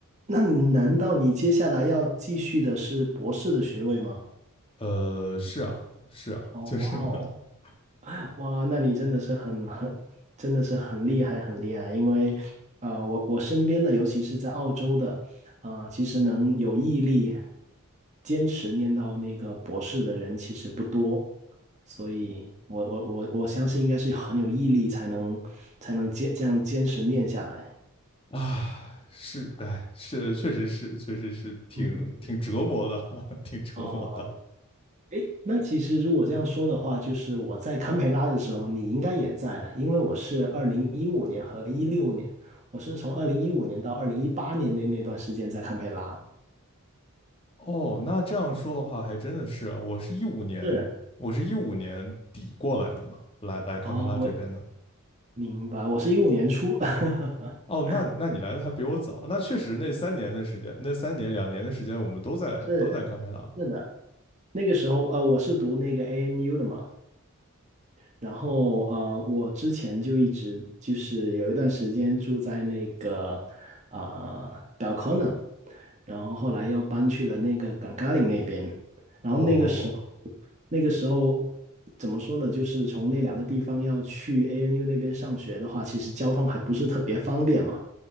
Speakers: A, on the right; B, on the left.
A: 那难道你接下来要继续的是博士的学位吗？
B: 呃，是啊，是啊，
A: 哦，
B: 就是
A: 哇哦，
B: <laughs>
A: 哇，那你真的是很很，真的是很厉害，很厉害。因为，啊，我我身边的，尤其是在澳洲的，啊，其实能有毅力坚持念到那个博士的人其实不多，所以我我我我相信应该是很有毅力才能才能坚这样坚持念下来。
B: 啊，是，哎，是，确实是，确实是挺挺折磨的，
A: 嗯哼
B: <laughs> 挺折磨的。
A: 哦，诶，那其实如果这样说的话，就是我在堪培拉的时候，你应该也在了，因为我是二零一五年和一六年，我是从二零一五年到二零一八年那那段时间在堪培拉。
B: 哦，那这样说的话，还真的是啊，我是一五年，
A: 是，
B: 我是一五年底过来的嘛，来来堪培拉这边的。
A: 哦，我明白，我是一五年初，<laughs>
B: 哦，那那你来的还比我早，那确实那三年的时间，那三年两年的时间，我们都在都在堪培拉。
A: 是是的，那个时候啊，呃我是读那个 ANU 的嘛，然后呃，我之前就一直就是有一段时间住在那个啊、呃 Belconnen，然后后来又搬去了那个 g a n g a l i n 那边，然后那个时候
B: 哦，
A: 那个时候怎么说呢？就是从那两个地方要去 ANU 那边上学的话，其实交通还不是特别方便嘛。